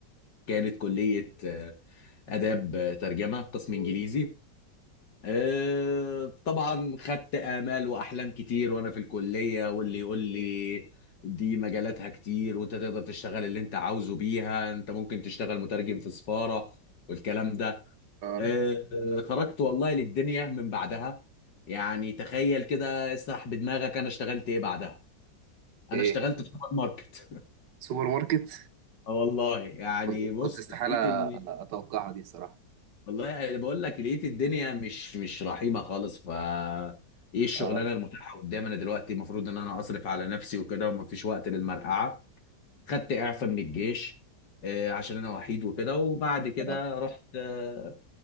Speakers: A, on the left (about 75°); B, on the right (about 75°).
A: كانت كلية آه، آداب آه، ترجمة قسم إنجليزي آه، طبعا خدت آمال وأحلام كتير وأنا في الكلية واللي يقول لي دي مجالاتها كتير وأنت تقدر تشتغل اللي أنت عاوزه بيها أنت ممكن تشتغل مترجم في سفارة والكلام ده
B: اه
A: مم. آه، آه، خرجت والله للدنيا من بعدها يعني تخيل كده اسرح بدماغك أنا اشتغلت إيه بعدها أنا
B: ايه
A: اشتغلت في سوبر ماركت <laughs>
B: سوبر ماركت
A: آه والله يعني
B: كنت
A: بص
B: كنت استحالة
A: لقيت إن
B: اتوقعها دي صراحة
A: والله انا بقول لك لقيت الدنيا مش مش رحيمه خالص ف ايه الشغلانه
B: اه
A: المتاحه قدامي انا دلوقتي المفروض ان انا اصرف على نفسي وكده ومفيش وقت للمرقعه خدت اعفاء من الجيش آه، عشان انا وحيد وكده وبعد كده
B: أه.
A: رحت آه،